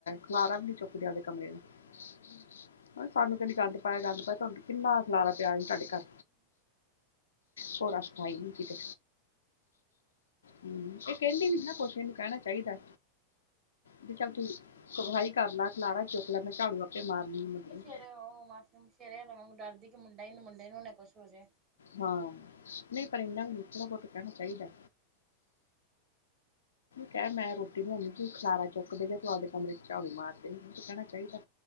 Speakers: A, on the left; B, on the right.
A: ਖਲਰਾ ਵੀ ਨੀ ਚੁੱਕਦੇਿ ਆਵਦੇ ਕਮਰੇ ਦਾ ਸਾਨੂੰ ਕਹਿੰਦੀ ਗੰਦ ਪਾਇਆ -ਗੰਦ ਪਾਇਆ ਤੁਹਾਨੂੰ ਕਿੰਨਾ ਖਲਾਰਾ ਪਿਆ ਸੀ ਤੁਹਾਡੇ ਘਰ
B: <inaudible>
A: ਭੋਰਾ ਸਫਾਈ ਈ ਨੀ ਕਿਤੇ ਹਮ ਇਹ ਕਹਿੰਦੀ ਨੀ ਨਾ ਕੁਛ ਇਹਨੂੰ ਕਹਿਣਾ ਚਾਹੀਦਾ। ਵੀ ਚੱਲ ਤੂੰ ਸਫਾਈ ਕਰ ਲੈ ਖਲਾਰਾ ਚੁੱਕ ਲੈ ਮੈਂ ਝਾੜੂ ਆਪੇ ਮਾਰ ਲਈ ਮਤਲਬ
B: ਸਰੇ ਉਹ ਮਾਸੀ ਮੌਸੀ ਤੇਰੇ ਵਾਂਗੂੰ ਮੈਂ ਵੀ ਡਰਦੀ ਕਿ ਮੁੰਡਾ ਈ, ਨਾ ਮੁੰਡੇ ਨੂੰ ਈ ਨਾ ਕੁਛ ਹੋਜੇ।
A: ਹਾਂ, ਨਹੀਂ ਪਰ ਇਹਨਾ ਵੀ ਥੋੜਾ -ਬਹੁਤ ਕਹਿਣਾ ਚਾਹੀਦਾ। ਕਿਹਾ ਮੈਂ ਰੋਟੀ ਬਣਾਉਦੀ ਸੀ ਤੂੰ ਖਲਾਰਾ ਚੁੱਕਦੇ ਫੇਰ ਤੂੰ ਆਵਦੇ ਤੁਹਾਡੇ ਕਮਰੇ ਚ ਝਾੜੂ ਮਾਰਦੇ ਕਹਿਣਾ ਚਾਹੀਦਾ।